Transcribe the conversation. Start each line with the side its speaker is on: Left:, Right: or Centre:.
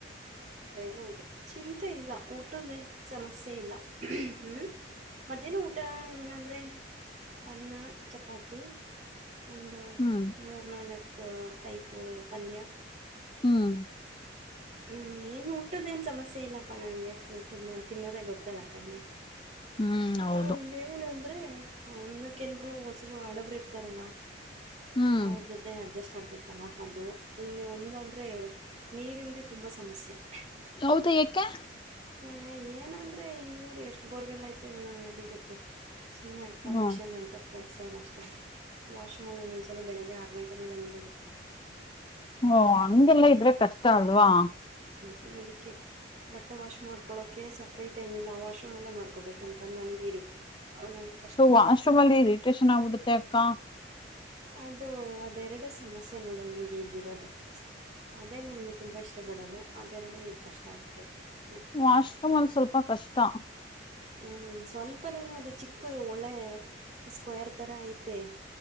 Right: ಹೊರಗೆ ಊಟ ಚಿಂತೆ ಇಲ್ಲ! ಊಟದೇ ಸಮಸ್ಯೆ ಇಲ್ಲ ಹ್ಮ್. <unintelligible> ಮಧ್ಯಾಹ್ನ ಊಟ ಏನಂದ್ರೆ? <inaudible> ಅನ್ನ ಚಪಾತಿ ಒಂದು
Left: ಹ್ಮ್
Right: ಮೂರು ನಾಲ್ಕು. <inaudible> ಲೈಕ್ ಟೈಪು ಪಲ್ಯ. <inaudible>
Left: ಹ್ಮ್. <inaudible>
Right: ಹು ಏನು ಊಟದ್ದೇ ಏನು ಸಮಸ್ಯೆ ಇಲ್ಲಪ್ಪ! ನನಗೆ ಊಟದು ನಾನು ತಿನ್ನೋದೇ ಗೊತ್ತಲ್ಲ ಕಡಿಮೆ. <inaudible>
Left: ಹ್ಮ್ ಹೌದು
Right: ಹೂ ಇನ್ನೇನಂದ್ರೆ ಅವನು ಕೆಲವೊಬ್ಬರು ಹೊಸಬರು ಇರುತ್ತಾರೆಲ್ಲಾ? <inaudible>
Left: ಹ್ಮ್
Right: ಅವರು ಜೊತೆ. <inaudible> ಮತ್ತೆ ಅಡ್ಜಸ್ಟ್ ಆಗ್ಬೇಕಲ್ಲ ಅದು ಇನ್ನು ಒಂದು ಅಂದ್ರೆ ನೀರಿಲ್ಲದೆ ತುಂಬ ಸಮಸ್ಯೆ. <inaudible>
Left: ಹೌದು ಯಾಕೆ
Right: ಎಇಇ ಏನೋ ಒಂದು! <unintelligible> ಅದೇ ಇವರು ಎಷ್ಟು ಬೋರ್ವೆಲ್ ಆಯ್ತೇ ಏನೋ ಯಾರಿಗೆ ಗೊತ್ತು ಸುಮ್ಮನೆ ಅಕಾಮಿಡೇಶಷನ್
Left: ಹಾ
Right: ಅಂತೇ? <inaudible> ಕೊಡ್ಸೋರುಷ್ಟೇ ವಾಶ್ರೂಮಲ್ಲಿ ಒಂದೊಂದ್ಸಲ ಬೆಳಗ್ಗೆ ಆರು ಗಂಟೆ ಮೇಲೆ ನೀರೇ ಬರಲ್ಲ! <inaudible>
Left: ಓ ಹಂಗೆಲ್ಲಾ ಇದ್ರೆ ಕಷ್ಟ ಅಲ್ವಾ? <inaudible>
Right: ಹೂ ಅದಕ್ಕೆ? <inaudible> ಬಟ್ಟೆ ವಾಶ್ ಮಾಡ್ಕೊಳೋಕ್ಕೆ! ಸಪ್ರೇಟ್ ಏನಿಲ್ಲ ಆ ವಾಶ್ರೂಮಲ್ಲೇ ಮಾಡ್ಕೋಬೇಕಂತಂದು ನನಗ ಇರು. <inaudible> ಹೂ ಎಷ್ಟು? <inaudible>
Left: ಸೊ ವಾಶ್ರೂಮ್ ಅಲ್ಲಿ ಇರಿಟೇಷನ್ ಆಗ್ಬಿಡುತ್ತೆ ಅಕ್ಕಾ? <inaudible>
Right: ಅದು ಅದೆ ಎರಡು ಸಮಸ್ಯೆ ನೋಡು ನನಗೆ ಹೇಗಿರೋದು! <inaudible> ಅದೇ ನನ್ಗೆ ತುಂಬ ಇಷ್ಟಪಡೋದು ಅದೆರಡೇ ಈಗೆ ಕಷ್ಟ ಆಗ್ಬಿಟ್ಟೈತೆ! <inaudible>
Left: ವಶ್ರೂಮಾಲಿ ಸ್ವಲ್ಪ ಕಷ್ಟ. <inaudible>
Right: ಹ್ಮ್ ಸ್ವಲ್ಪನೇನೋ ಅದು! ಚಿಕ್ಕದು ಒಳೆ ಸ್ಕ್ವೇರ್ ತರ ಐತೆ. <inaudible>